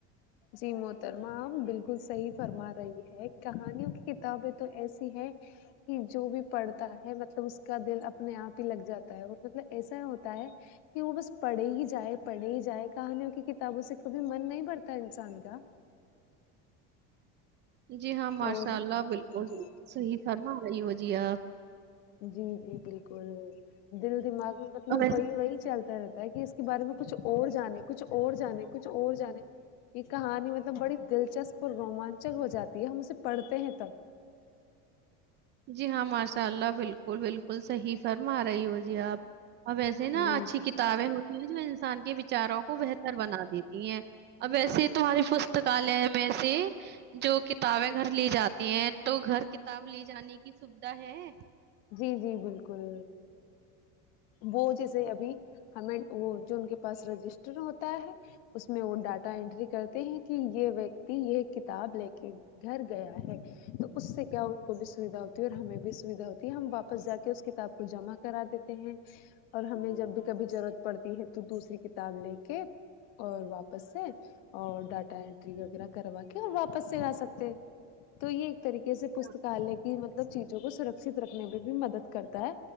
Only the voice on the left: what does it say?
جی محترمہ آپ بالکل صحیح فرما رہی ہے کہانیوں کی کتابیں تو ایسی ہے کہ جو بھی پڑھتا ہے مطلب اس کا دل اپنے آپ ہی لگ جاتا ہے اور مطلب ایسا ہوتا ہے کہ وہ بس پڑھے ہی جائے پڑھے ہی جائے کہانیوں کی کتابوں سے کبھی من نہیں بھرتا تا انسان کا
اور
جی
جی جی بالکل دل دماغ میں مطلب
وہی وہی چلتا رہتا ہے کہ اس کے بارے میں کچھ اور جانے کچھ اور جانے کچھ اور جانے یہ کہانی مطلب بڑی دلچسپ اور رومانچک ہو جاتی ہے ہم اسے پڑھتے ہیں تب
جی
جی
جی جی بالکل وہ جیسے ابھی ہمیں وہ جو ان کے پاس رجسٹر ہوتا ہے اس میں وہ ڈاٹا انینٹری کرتے ہیں کہ یہ ویکتی یہ کتاب لے کے گھر گیا ہے تو اس سے کیا ان کو بھی سویدھا ہوتی ہے اور ہمیں بھی سویدھا ہوتی ہے ہم واپس جا کے اس کتاب کو جمع کرا دیتے اور ہمیں جب بھی کبھی ضرورت پڑتی ہے تو دوسری کتاب لے کے اور واپس سے اور ڈاٹا انینٹری وغیرہ کروا کے اور واپس سے لا سکتےہے تو یہ ایک طریقے سے
پستکالے یہ مطلب چیزوں کو سرکشت رکھنے میں بھی مدد کرتا ہے